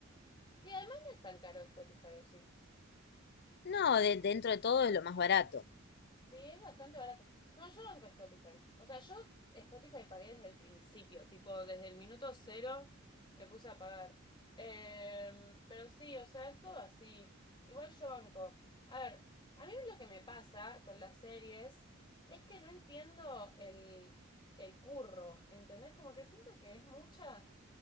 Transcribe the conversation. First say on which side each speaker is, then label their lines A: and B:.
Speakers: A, on the left; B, on the left.
A: Sí, además no es tan caro Spotify, ¿o sí?
B: No, de- dentro de todo es lo más barato.
A: Sí, es bastante barato. No, yo banco Spotify. O sea, yo Spotify pagué desde el principio, tipo, desde el minuto cero me puse a pagar. Em, pero sí, o sea, es todo así. Igual yo banco. A ver, a mí lo que me pasa con las series es que no entiendo el, el curro, ¿entendés? Como que siento que es mucha,